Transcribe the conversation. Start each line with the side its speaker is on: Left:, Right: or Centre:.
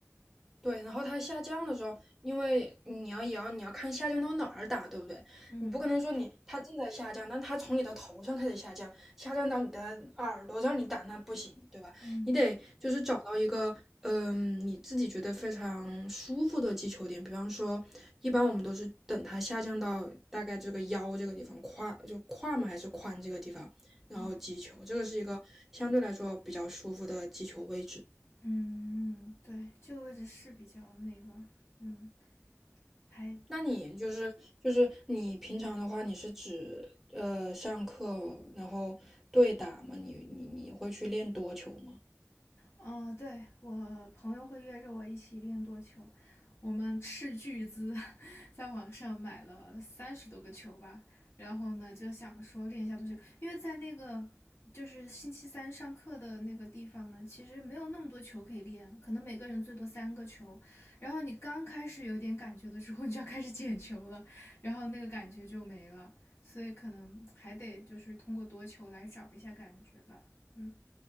Centre: 对，然后它下降的时候，因为你要也要你要看下降到哪儿打，对不对？
Left: 嗯
Centre: 你不可能说你它正在下降，但它从你的头上开始下降，下降到你的耳朵让你打，那不行，对吧？
Left: 嗯
Centre: 你得就是找到一个嗯你自己觉得非常舒服的击球点，比方说，一般我们都是等它下降到大概这个腰这个地方，胯就胯嘛还是髋这个地方，然后击球，
Left: 嗯嗯
Centre: 这个是一个相对来说比较舒服的击球位置。
Left: 嗯，对，这个位置是比较那个，嗯，还
Centre: 那你就是就是你平常的话，你是指呃上课然后对打吗？你你你会去练多球吗？
Left: 嗯、呃对，我朋友会约着我一起练多球，我们斥巨资 <laughs> 在网上买了三十多个球吧，然后呢就想说练一下多球，因为在那个就是星期三上课的那个地方呢，其实没有那么多球可以练，可能每个人最多三个球，然后你刚开始有点感觉的时候，<laughs> 你就要开始捡球了，然后那个感觉就没了，所以可能还得就是通过多球来找一下感觉吧，嗯。